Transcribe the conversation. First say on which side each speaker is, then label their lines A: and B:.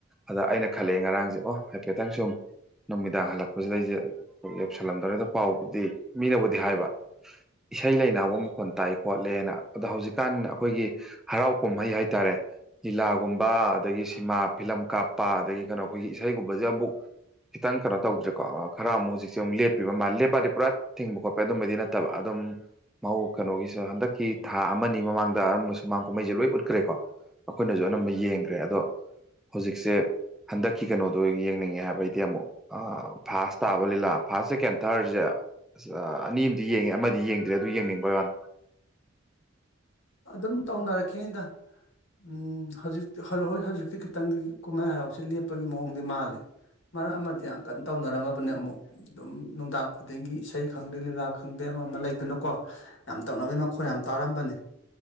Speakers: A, in the centre; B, on the left.
A: ꯑꯗ ꯑꯩꯅ ꯈꯜꯂꯛꯑꯦ ꯉꯔꯥꯡꯁꯦ ꯑꯣ ꯍꯥꯏꯐꯦꯠꯇꯪ ꯁꯨꯝ ꯅꯨꯃꯤꯗꯥꯡ ꯍꯜꯂꯛꯄꯁꯤꯗꯩꯁꯦ ꯌꯦꯞꯁꯜꯂꯝꯗꯔꯤꯅ ꯄꯥꯎꯕꯨꯗꯤ ꯃꯤꯅꯕꯨꯗꯤ ꯍꯥꯏꯕ ꯏꯁꯩ ꯂꯩꯅꯥꯕꯨ ꯃꯈꯣꯟ ꯇꯥꯏ ꯈꯣꯠꯂꯦꯅ ꯑꯗꯣ ꯍꯧꯖꯤꯛꯀꯥꯟ ꯑꯩꯈꯣꯏꯒꯤ ꯍꯔꯥꯎ ꯀꯨꯝꯍꯩ ꯍꯥꯏꯇꯥꯔꯦ ꯂꯤꯂꯥꯒꯨꯝꯕ ꯑꯗꯒꯤ ꯁꯤꯃꯥ ꯐꯤꯂꯝ ꯀꯥꯞꯄ ꯑꯗꯒꯤ ꯀꯩꯅꯣ ꯑꯩꯈꯣꯏꯒꯤ ꯏꯁꯩꯒꯨꯝꯕꯁꯦ ꯑꯃꯨꯛ ꯈꯤꯇꯪ ꯀꯩꯅꯣ ꯇꯧꯗ꯭ꯔꯤꯀꯣ ꯈꯔ ꯑꯃꯨꯛ ꯍꯧꯖꯤꯛꯁꯦ ꯑꯃꯨꯛ ꯂꯦꯞꯄꯤꯕ ꯃꯥ ꯂꯦꯞꯄꯗꯤ ꯄꯨꯔꯥ ꯊꯤꯡꯕ ꯈꯣꯠꯄ ꯑꯗꯨꯝꯕꯗꯤ ꯅꯠꯇꯕ ꯑꯗꯨꯝ ꯧ ꯀꯩꯅꯣꯒꯤꯁꯦ ꯍꯟꯗꯛꯀꯤ ꯊꯥ ꯑꯃꯅꯤ ꯃꯃꯥꯡꯗ ꯑ ꯁꯨꯃꯥꯡ ꯀꯨꯝꯍꯩꯁꯦ ꯂꯣꯏ ꯎꯠꯈ꯭ꯔꯦꯀꯣ ꯑꯩꯈꯣꯏꯅꯁꯨ ꯑꯅꯝꯕ ꯌꯦꯡꯈ꯭ꯔꯦ ꯑꯗꯣ ꯍꯧꯖꯤꯛꯁꯦ ꯍꯟꯗꯛꯀꯤ ꯀꯩꯅꯣꯗꯣ ꯌꯦꯡꯅꯤꯡꯉꯦ ꯍꯥꯏꯕꯒꯤꯗꯤ ꯑꯃꯨꯛ ꯐꯥꯁ ꯇꯥꯕ ꯂꯤꯂꯥ ꯐꯥꯔꯁ ꯁꯦꯀꯦꯟ ꯊꯥꯔꯠꯁꯦ ꯑꯁ ꯑꯅꯤ ꯑꯗꯤ ꯌꯦꯡꯉꯦ ꯑꯃꯗꯤ ꯌꯦꯡꯗ꯭ꯔꯦ ꯑꯗꯨ ꯌꯦꯡꯅꯤꯡꯕꯩ ꯋꯥꯟ
B: ꯑꯗꯨꯝ ꯇꯧꯅꯔꯛꯈꯤꯗ ꯎꯝ ꯍꯧꯖꯤꯛꯇꯤ ꯍꯣꯏ ꯍꯧꯖꯤꯛꯇꯤ ꯈꯤꯇꯪꯗꯤ ꯀꯨꯝꯍꯥꯏ ꯍꯔꯥꯎꯁꯦ ꯂꯦꯞꯄꯒꯤ ꯃꯑꯣꯡꯗꯤ ꯃꯥꯂꯦ ꯃꯔꯛ ꯑꯃꯗꯤ ꯌꯥꯝ ꯀꯟꯅ ꯇꯧꯅꯔꯝꯃꯕꯅꯦ ꯑꯃꯨꯛ ꯑꯗꯨꯝ ꯅꯨꯡꯗꯥꯡ ꯈꯨꯗꯤꯡꯒꯤ ꯏꯁꯩ ꯈꯪꯗꯦ ꯂꯤꯂꯥ ꯈꯪꯗꯦ ꯑꯃ ꯑꯃ ꯂꯩꯗꯅꯀꯣ ꯌꯥꯝ ꯇꯛꯅꯕꯩ ꯃꯈꯣꯟ ꯌꯥꯝ ꯇꯥꯔꯝꯕꯅꯤ